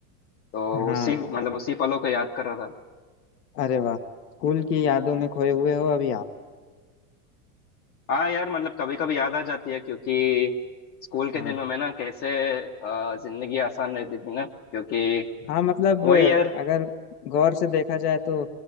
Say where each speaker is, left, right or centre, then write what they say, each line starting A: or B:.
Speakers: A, on the left (about 30°); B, on the left (about 85°).
A: तो
B: हाँ
A: उसी मतलब उसी पलों को याद कर रहा था
B: अरे वाह स्कूल की यादों में खोए हुए हो अभी आप
A: हाँ यार मतलब कभी कभी याद आ जाती है क्योंकि स्कूल के
B: हाँ
A: दिनों में ना कैसे अ, जिंदगी आसान रहती थी ना क्योंकि
B: हाँ मतलब
A: वही
B: अगर
A: यार
B: गौर से देखा जाए तो